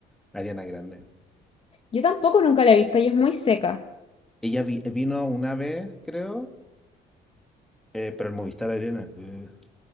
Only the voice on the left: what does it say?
Yo tampoco nunca la he visto y es muy seca.